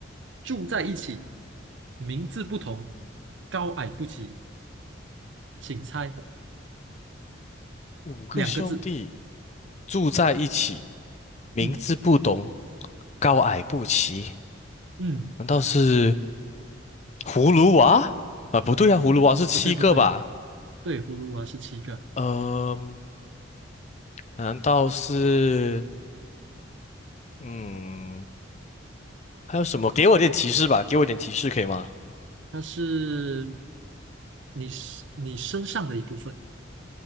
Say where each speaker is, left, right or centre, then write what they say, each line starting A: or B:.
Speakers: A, on the right; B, on the left.
A: 住在一起，名字不同，高矮不齐，请猜
B: 五个兄弟
A: 两个字。
B: 住在一起，名字不同，
A: 嗯
B: 高矮不齐，
A: 嗯，
B: 难道是葫芦娃？啊，不对啊，葫芦娃是七个吧？
A: 不对不对，对，葫芦娃是七个，
B: 呃，难道是嗯，还有什么？给我点提示吧，给我点提示可以吗？
A: 它是你你身上的一部分。